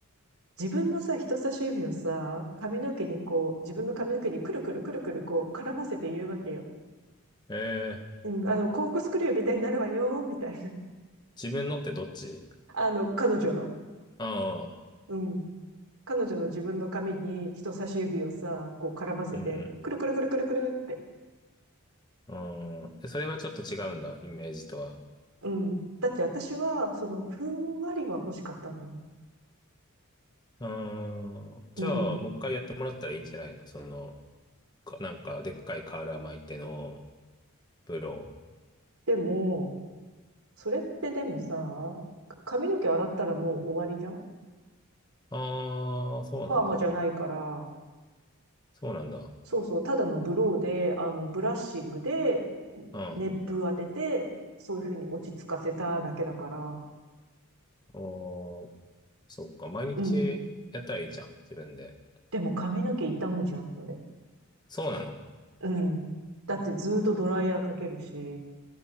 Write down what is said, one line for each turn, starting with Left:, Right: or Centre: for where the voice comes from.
Right: 自分のさ、人差し指をさ、髪の毛にこう、自分の髪の毛にくるくるくるくるこう、絡ませて言うわけよ。
Left: ええ、
Right: うん、あの、コークスクリューみたいになるわよ、みたいな。
Left: 自分のってどっち
Right: <laughs> あの、彼女の、
Left: ああ、
Right: うん。彼女の自分の髪に人差し指をさ、こう絡ませて、
Left: うん
Right: くるくるくるくるくるって。
Left: うん。ああ、でそれはちょっと違うんだ、イメージとは。
Right: うん。だって私は、その、ふんわりは欲しかったんだもん。
Left: ああ、じゃあ、
Right: うん。
Left: もう一回やってもらったらいいんじゃないのその、か、なんか、でっかい瓦巻いてのプロ。
Right: でも、それってでもさ、髪の毛洗ったらもう終わりじゃん
Left: ああ、そうなんだ。
Right: パーマじゃないから、
Left: そうなんだ。
Right: そうそう、ただのブローで、あの、ブラッシングで、
Left: うん。あ
Right: 熱風当てて、そういうふうに落ち着かせただけだから、
Left: ーそっか。毎日やったらいいじゃん。
Right: うん。
Left: 自分で。
Right: でも髪の毛傷むじゃん、それ。
Left: そうなの。
Right: うん。だってずーっとドライヤーかけるし、